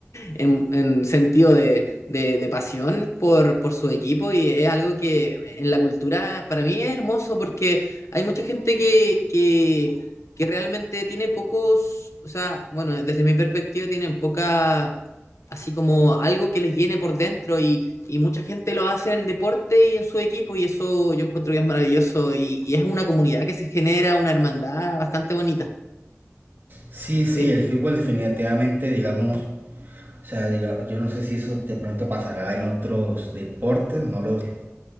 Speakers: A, on the left; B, on the right.
A: en, en sentido de, de- de pasión por, por su equipo y es algo que en la cultura para mí es hermoso porque hay mucha gente que, que, que realmente tiene pocos, o sea, bueno, desde mi perspectiva tienen poca, así como algo que les llene por dentro y, y mucha gente lo hace en el deporte y en su equipo y eso yo encuentro que es maravilloso y, y es una comunidad que se genera, una hermandad bastante bonita.
B: Sí, sí,
A: Eh,
B: el fútbol definitivamente, digamos, o sea, diga- yo no sé si eso de pronto pasará en otros deportes, no lo sé,